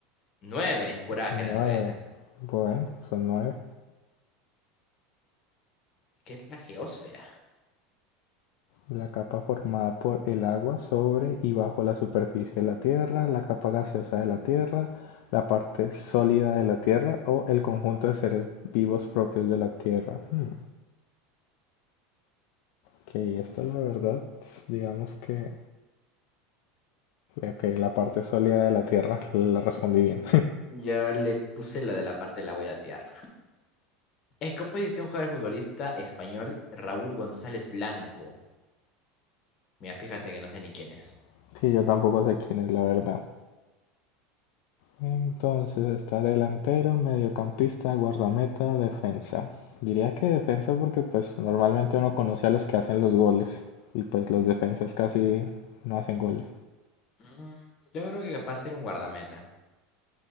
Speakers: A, on the left; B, on the left.
A: nueve, juraba
B: Nueve.
A: que eran trece
B: Bueno, son nueve.
A: ¿Qué es la geósfera?
B: La capa formada por el agua sobre y bajo la superficie de la Tierra, la capa gaseosa de la Tierra, la parte sólida de la Tierra o el conjunto de seres vivos propios de la Tierra. Hmm, Ok, esta la verdad, digamos que okay la parte sólida de la Tierra la respondí bien.
A: Mm, Yo le puse lo de la parte de la voy a latear. ¿En qué posición juega el futbolista español Raúl González Blanco? Mira, fíjate que no sé ni quién es.
B: <laughs> Sí, yo tampoco sé quién es la verdad. Entonces está delantero, mediocampista, guardameta, defensa. Diría que defensa porque pues normalmente uno conoce a los que hacen los goles y pues los defensas casi no hacen goles.
A: Mm, Yo creo que capaz ser un guardameta.